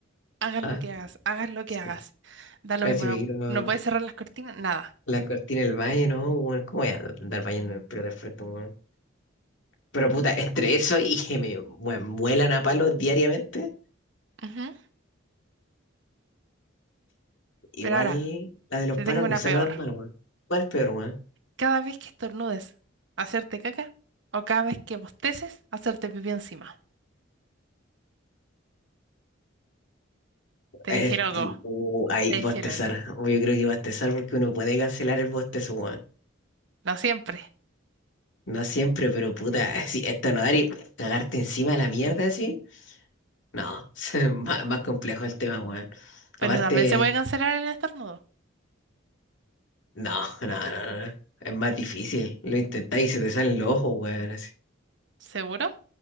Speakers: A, on the right; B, on the left.
A: Hagas
B: Ah,
A: lo que hagas, hagas lo que
B: sí.
A: hagas. Da lo
B: Así
A: mismo, no,
B: me quiero.
A: no puedes cerrar las cortinas, nada.
B: La cortina del valle, ¿no? Weón, ¿cómo voy a andar bañando en pelota al frente, weón? Pero puta, entre eso y que me mue- muelan a palos diariamente,
A: Ujú.
B: igual
A: Pero ahora,
B: la de los
A: te
B: palos
A: tengo una
B: no suena
A: peor.
B: tan mal, weón. ¿Cuál peor, weón?
A: Cada vez que estornudes, hacerte caca. O cada vez que bosteces, hacerte pipí encima. Te
B: Es,
A: dije loco,
B: uh, ahí
A: te
B: bostezar.
A: dije loca.
B: Yo creo que bostezar porque uno puede cancelar el bostezo, weón.
A: No siempre.
B: No siempre, pero puta, si esto no dar y cagarte encima de la mierda así. No, <laughs> más, más complejo el tema, weón.
A: Pero
B: Aparte.
A: también se puede cancelar el estornudo.
B: No, <laughs> no, no, no. no. Es más difícil. Lo intentáis y se te salen los ojos, weón. así.
A: ¿Seguro?